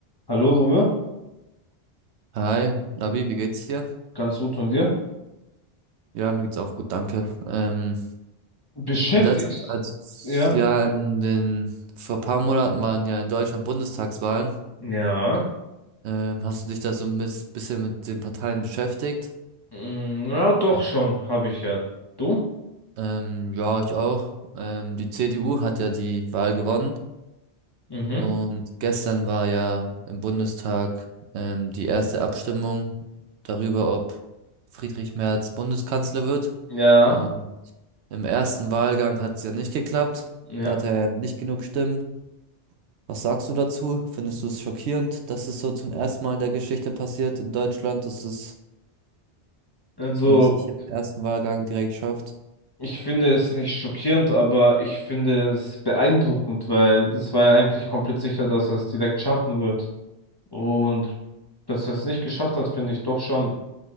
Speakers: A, on the left; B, on the right.
A: Hallo, Romeo.
B: Hi, Lavi, wie geht's dir?
A: Ganz gut von dir.
B: Ja, mir geht's auch gut, danke. Ähm,
A: Beschäftigst,
B: in letzter Zeit,
A: ja?
B: ja, in den, vor ein paar Monaten waren ja in Deutschland Bundestagswahlen.
A: Ja.
B: Ähm, hast du dich da so ein bis- bisschen mit den Parteien beschäftigt?
A: Mm, Ja, doch schon, habe ich ja. Du?
B: Ähm, ja, ich auch. Ähm, die CDU hat ja die Wahl gewonnen
A: Mhm.
B: und gestern war ja im Bundestag ähm, die erste Abstimmung darüber, ob Friedrich Merz Bundeskanzler wird.
A: Ja,
B: und Im ersten Wahlgang hat es ja nicht geklappt.
A: ja.
B: Da hat er ja nicht genug Stimmen. Was sagst du dazu? Findest du es schockierend, dass es so zum ersten Mal in der Geschichte passiert in Deutschland, dass es
A: Also,
B: man es nicht im ersten Wahlgang direkt schafft?
A: ich finde es nicht schockierend, aber ich finde es beeindruckend, weil das war ja eigentlich komplett sicher, dass er es direkt schaffen wird. Und dass er es nicht geschafft hat, finde ich doch schon